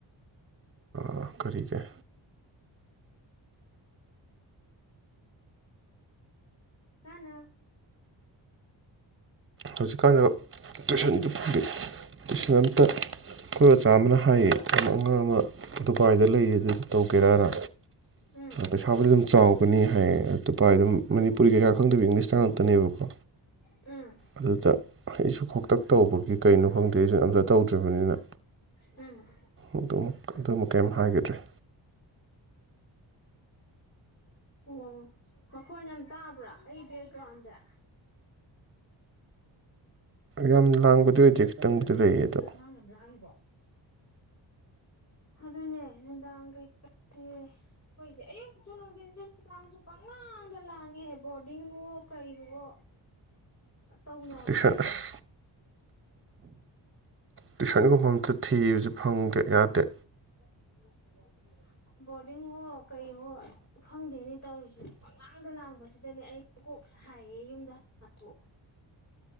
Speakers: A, on the right (about 25°); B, on the left (about 30°).
A: ꯑꯥ ꯀꯔꯤꯒꯦ
B: ꯆꯅ
A: ꯍꯧꯖꯤꯛꯀꯥꯟꯗ ꯇꯨꯏꯁꯟꯗꯨ ꯐ ꯇꯨꯏꯁꯟ ꯑꯝꯇ ꯑꯩꯈꯣꯏ ꯑꯖꯥ ꯑꯃꯅ ꯍꯥꯏꯌꯦ ꯑꯉꯥꯡ ꯑꯃ ꯗꯨꯕꯥꯥꯏꯗ ꯂꯩꯌꯦ ꯑꯗꯨꯗ ꯇꯧꯒꯦꯔꯥꯅ꯫
B: ꯎꯝ
A: ꯄꯩꯁꯥꯕꯨꯗꯤ ꯑꯗꯨꯝ ꯆꯥꯎꯒꯅꯤ ꯍꯥꯏꯌꯦ ꯇꯨꯄꯥꯏ ꯑꯗꯨꯝ ꯃꯅꯤꯄꯨꯔꯤ
B: ꯎꯝ
A: ꯀꯩꯀꯥ ꯈꯪꯗꯕ ꯏꯪꯂꯤꯁꯇ ꯉꯥꯛꯇꯅꯦꯕꯀꯣ
B: ꯎꯝ
A: ꯑꯗꯨꯗ ꯑꯩꯁꯨ ꯈꯣꯛꯇꯛ ꯇꯧꯕꯒꯤ ꯀꯩꯅꯣ ꯈꯪꯗꯦ ꯑꯩꯁꯨ ꯑꯝꯇ ꯇꯧꯗ꯭ꯔꯤꯕꯅꯤꯅ
B: ꯎꯝ
A: ꯑꯗꯨꯨꯝ ꯑꯗꯨꯨ ꯀꯔꯤꯝ ꯍꯥꯏꯒꯤꯗ꯭ꯔꯦ
B: ꯎꯝ ꯃꯈꯣꯟ ꯌꯥꯝ ꯇꯥꯕ꯭ꯔꯥ ꯑꯩ ꯕꯦꯛꯒ꯭ꯔꯥꯎꯟꯁꯦ꯫
A: ꯌꯥꯝ ꯂꯥꯡꯕꯗꯤ ꯑꯣꯏꯗꯦ ꯈꯤꯇꯪꯕꯨꯗꯤ ꯂꯩꯌꯦ ꯑꯗꯣ
B: ꯑꯉꯥꯡ ꯌꯥꯝ ꯂꯥꯡꯏꯤꯕꯣ ꯑꯗꯨꯅꯦ ꯅꯨꯡꯗꯥꯡ ꯀꯩꯀꯩ꯫ ꯑꯩꯈꯣꯏꯁꯦ ꯑꯌꯨꯛꯁꯨ ꯅꯨꯡꯊꯤꯟꯁꯨ ꯅꯨꯡꯗꯥꯡꯁꯨ ꯄꯪꯂꯥꯡꯗ ꯂꯥꯡꯉꯦ ꯕꯣꯔꯗꯤꯡꯋꯣ ꯀꯩꯋꯣ <inaudible> ꯇꯧꯅ
A: ꯇꯌꯨꯁꯟ ꯑꯁ ꯇꯌꯨꯁꯟꯒꯣ ꯑ ꯊꯤꯕꯁꯦ ꯐꯪꯗꯦ ꯌꯥꯗꯦ
B: <unintelligible> ꯕꯣꯔꯗꯤꯡ ꯍꯣ ꯀꯩꯋꯣ ꯈꯪꯗꯦꯅꯦ ꯇꯧꯔꯤꯁꯦ ꯄꯪꯂꯥꯡꯗ ꯂꯥꯡꯕꯁꯤꯗꯅꯦ ꯑꯩ ꯀꯣꯛꯁ ꯁꯥꯏꯌꯦ ꯌꯨꯝꯗ ꯍꯂꯁꯨ